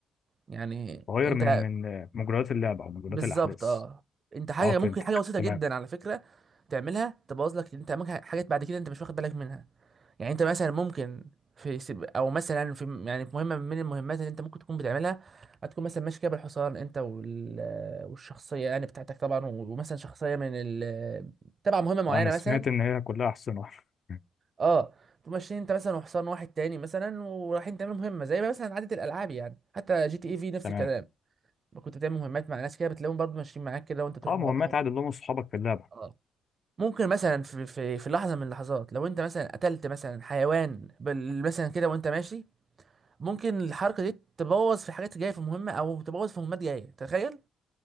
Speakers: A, on the right; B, on the left.
A: يعني
B: غير
A: انت
B: من من آه، مجريات اللعبه او مجريات
A: بالظبط
B: الاحداث
A: اه انت حاجه
B: اه
A: ممكن
B: فهمتك
A: حاجه بسيطه
B: تمام
A: جدا على فكره تعملها تبوظ لك انت ممكن حاجات بعد كده انت مش واخد بالك منها يعني انت مثلا ممكن في سب... او مثلا في يعني في مهمه من المهمات اللي انت ممكن تكون بتعملها هتكون مثلا ماشي كده بالحصان انت وال... <hesitation> والشخصيه يعني بتاعتك طبعا و- ومثلا شخصيه من ال... <hesitation> تبع مهمه معينه
B: اه انا سمعت
A: مثلا
B: ان هي كلها احسن واحده <laughs>
A: اه تقوم ماشيين انت مثلا وحصان واحد تاني مثلا ورايحين تعملوا مهمه زي ما مثلا عاده الالعاب يعني حتى جي تي اي في نفس
B: تمام
A: الكلام كنت بتعمل مهمات مع ناس كده بتلاقيهم برضه ماشيين معاك كده وانت بتروح
B: اه مهمات
A: وراهم
B: عادي اللي هم اصحابك في اللعبه
A: اه ممكن مثلا في في في لحظه من اللحظات لو انت مثلا قتلت مثلا حيوان بال- مثلا كده وانت ماشي ممكن الحركه دي تبوظ في حاجات جايه في مهمه او تبوظ في مهمات جايه تخيل